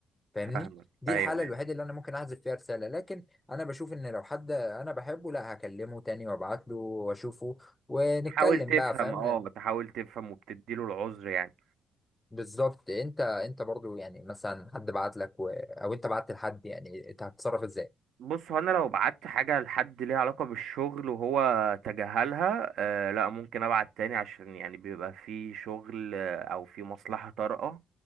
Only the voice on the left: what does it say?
فاهمني
دي
الحاله
الوحيده اللي انا ممكن احذف فيها رساله لكن انا بشوف ان لو حد انا بحبه لا هكلمه تاني وابعت له واشوفه ونتكلم
بقى فاهم
بالظبط انت انت برضو يعني مثلا حد بعت لك و... او انت بعت لحد يعني انت هتتصرف ازاي